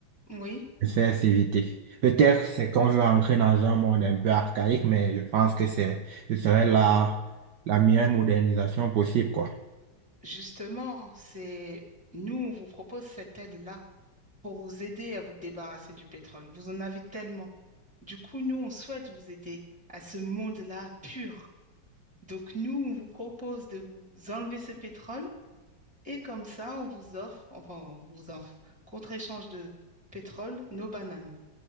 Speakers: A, in the centre; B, on the right.
A: Oui.
B: c'est à s'éviter. Peut-être c'est qu'on veut entrer dans un monde un peu archaïque, mais je pense que c'est, ce serait la, la meilleure modernisation possible, quoi.
A: Justement, c'est nous, on vous propose cette aide-là pour vous aider à vous débarrasser du pétrole. Vous en avez tellement. Du coup, nous, on souhaite vous aider à ce monde-là pur. Donc, nous, on vous propose de vous enlever ce pétrole et comme ça, on vous offre, enfin, on vous offre, contre-échange de pétrole, nos bananes.